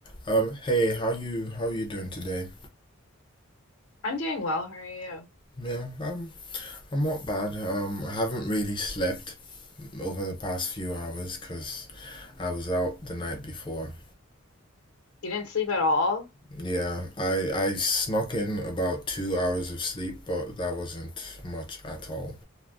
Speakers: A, on the left; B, on the left.
A: Um, hey, how you how you doing today?
B: I'm doing well. How are you?
A: Yeah, um, I'm not bad. Um, I haven't really slept over the past few hours because I was out the night before.
B: You didn't sleep at all?
A: Yeah, I I snuck in about two hours of sleep, but that wasn't much at all.